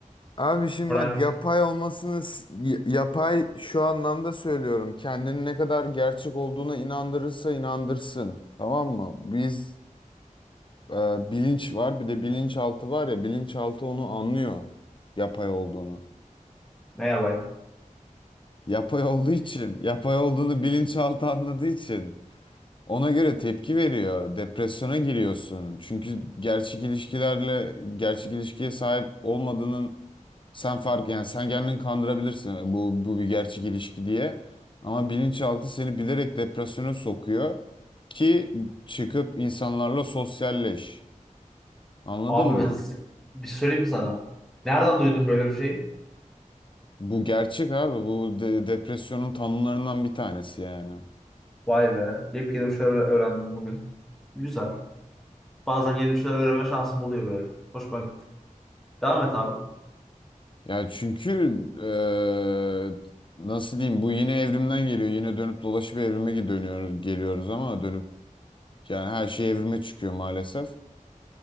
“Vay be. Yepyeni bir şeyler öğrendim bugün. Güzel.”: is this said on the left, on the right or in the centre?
Centre